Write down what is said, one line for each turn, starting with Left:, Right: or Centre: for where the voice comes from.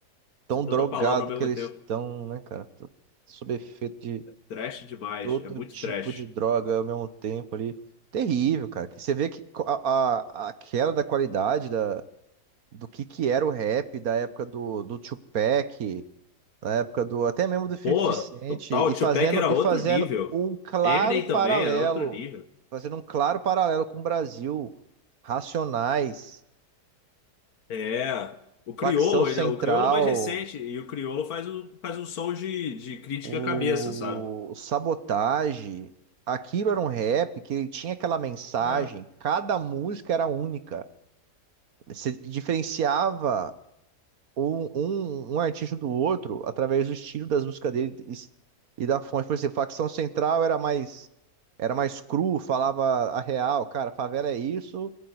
Right: tão
Left: De tanta
Right: drogado
Left: palavra ao mesmo
Right: que eles
Left: tempo.
Right: estão, né, cara? Tô Sob efeito de
Left: Trash demais,
Right: todo
Left: é muito
Right: tipo
Left: trash.
Right: de droga ao mesmo tempo ali. Terrível, cara. Que você vê que co- a, a, a queda da qualidade da, do que, que era o rap da época do, do Tupac. na época do até mesmo do 50
Left: Pô,
Right: Cent
Left: total,
Right: e fazendo
Left: Tupac era
Right: e
Left: outro
Right: fazendo
Left: nível.
Right: um claro
Left: Eminem
Right: paralelo,
Left: também era outro nível.
Right: fazendo um claro paralelo com o Brasil, Racionais,
Left: É, o Criolo
Right: Facção Central,
Left: ainda, o Criolo é mais recente, e o Criolo faz um, faz um som de, de crítica
Right: o
Left: à cabeça, sabe?
Right: Sabotage, aquilo era um rap que ele tinha aquela mensagem,
Left: É,
Right: cada música era única. Você diferenciava um, um, um artista do outro através do estilo das músicas dele e, e da fonte. Por exemplo, Facção Central era mais era mais cru, falava a real, cara, favela é isso,